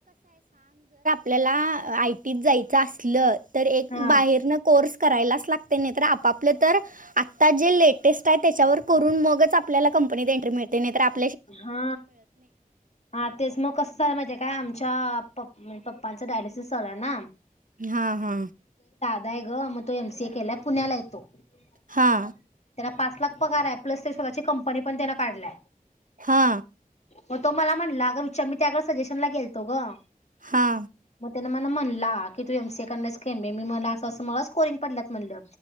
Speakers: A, on the right; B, on the left.
A: ल्याला आयटी त जायचं असलं, तर एक
B: हा
A: बाहेरनं कोर्स करायलाच लागतय नाहीतर आपापले तर आत्ता जे लेटेस्ट आहे, त्याच्यावर करून मगच आपल्याला कम पनीत एन्ट्री मिळते नाही तर आप
B: हा हा तेच मग कसं झालं माहितीये क काय आमच्या प पप्पांचं डायलिसिस चालुय ना
A: हा हा.
B: नाही ग म तो एमसीए केला, पुण्यालाय तो त्याला
A: हा
B: पाच लाख पगार आहे, प्लस ते स्वतःची कंपनी पण त्यान काढलाय.
A: हा.
B: म तो मला म्हणला, अग विचार मी त्याकड सजेशन ला गेलतो ग.
A: हा.
B: मग त्यानं मला म्हणला की तू एमसीए करणाराईस काय नाई? मी मनल असं असं मला स्कोरिंग पडल्यात म्हटलं